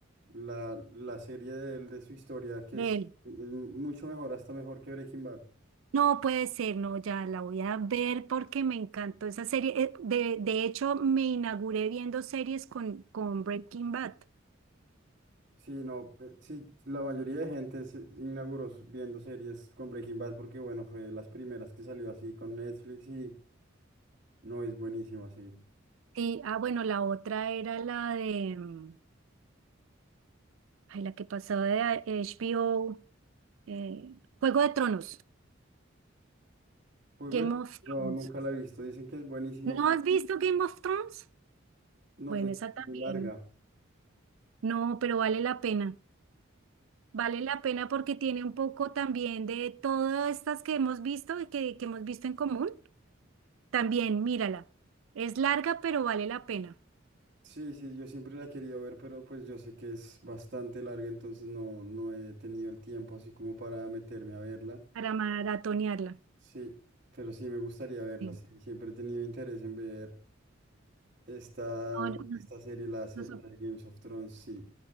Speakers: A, on the right; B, on the right.
A: la, la serie de, él, de su historia que
B: De
A: es,
B: él.
A: es mucho mejor, hasta mejor que Breaking Bad.
B: No puede ser, no, ya la voy a ver porque me encantó esa serie. Eh, De, de hecho, me inauguré viendo series con, con Breaking Bad.
A: Sí, no, pe- sí, la mayoría de gente se inauguró s- viendo series con Breaking Bad porque, bueno, fue de las primeras que salió así con Netflix y no es buenísima, sí.
B: Y, ah, bueno, la otra era la de, mm, ay, la que pasaba de a- HBO, eh, Juego de Tronos,
A: Juego
B: Game
A: de...
B: of
A: No,
B: Thrones.
A: nunca la he visto. Dicen que es buenísima,
B: ¿No
A: pero
B: has visto Game of Thrones?
A: no,
B: Bueno,
A: pues
B: esa
A: es
B: también.
A: muy larga.
B: No, pero vale la pena. Vale la pena porque tiene un poco también de todas estas que hemos visto y que, que hemos visto en común. También, mírala. Es larga, pero vale la pena
A: Sí, sí, yo siempre la he querido ver, pero pues yo sé que es bastante larga, entonces no, no he tenido el tiempo así como para meterme a verla.
B: para maratonearla.
A: Sí, pero sí me gustaría verla.
B: Sí.
A: sí, Siempre he tenido interés en ver esta,
B: No,
A: mm,
B: no, no,
A: esta serie, la, se-
B: noso-
A: la de Games of Thrones. Sí,